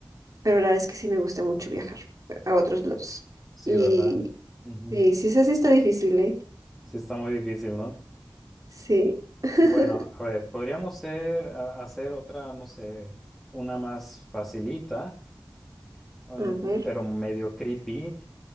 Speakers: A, on the right (about 50°); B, in the centre.
A: pero la verdad es que sí me gusta mucho viajar a otros lados.
B: sí,
A: Y,
B: ¿verdad? Ujú.
A: y sí, sí, sí está difícil, ¿eh?
B: Sí, está muy difícil, ¿no?
A: Sí. <laughs>
B: Bueno, a ver, podríamos ser- a- hacer otra, no sé, una más facilita, un-
A: A ver,
B: pero medio creepy.